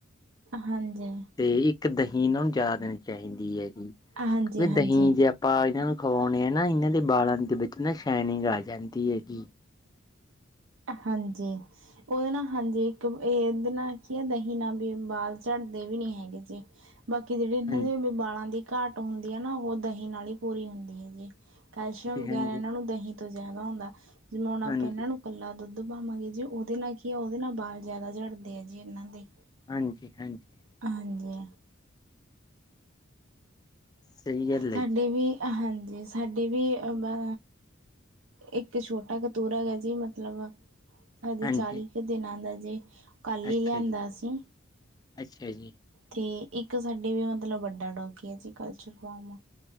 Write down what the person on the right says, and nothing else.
ਹਾਂ ਜੀ।
ਹਾਂਜੀ ਹਾਂਜੀ
ਹਾਂਜੀ, ਉਹਦੇ ਨਾਅ ਹਾਂਜੀ ਇੱਕ ਇਹ ਇਹਦੇ ਨਾਲ ਕੀ ਐ, ਦਹੀਂ ਨਾਅ ਵੀ ਬਾਲ ਝੜਦੇ ਵੀ ਨੀ ਹੈਗੇ ਜੀ, ਬਾਕੀ ਜਿਹੜੇ ਇਹਨਾਂ
ਦੇ ਬਾਲਾਂ ਦੀ ਘਾਟ ਹੁੰਦੀ ਆ ਨਾ, ਉਹ ਦਹੀਂ ਨਾਲ ਈ ਪੂਰੀ ਹੁੰਦੀ ਆ ਗੀ। ਕੈਲਸ਼ੀਅਮ ਵਗੈਰਾ
ਇਹਨਾਂ ਨੂੰ ਦਹੀਂ ਤੋਂ ਜ਼ਿਆਦਾ ਹੁੰਦਾ, ਜਿਵੇ ਹੁਣ ਆਪਾਂ
ਇਹਨਾਂ ਨੂੰ ਕੱਲਾ ਦੁੱਧ ਪਾਵਾਂਗੇ ਜੀ, ਉਹਦੇ ਨਾ ਕੀ ਆ ਉਹਦੇ ਨਾ ਬਾਲ ਜ਼ਿਆਦਾ ਝੜਦੇ ਆ ਜੀ, ਇਹਨਾਂ ਦੇ।
ਹਾਂਜੀ।
ਸਾਡੀ
ਵੀ, ਹਾਂਜੀ, ਸਾਡੇ ਵੀ ਅ ਬ ਇੱਕ ਛੋਟਾ ਕਤੂਰਾ ਗਾ ਜੀ ਮਤਲਬ, ਹਜੇ
ਚਾਲੀ 'ਕ ਦਿਨਾਂ ਦਾ ਜੀ। ਕੱਲ
ਈ ਲਿਆਂਦਾ
ਸੀ।
'ਤੇ ਇੱਕ ਸਾਡੇ ਵੀ ਮਤਲਬ, ਵੱਡਾ ਡੋਗੀ ਆ ਜੀ ਕਲਚਰ ਫੋਮ।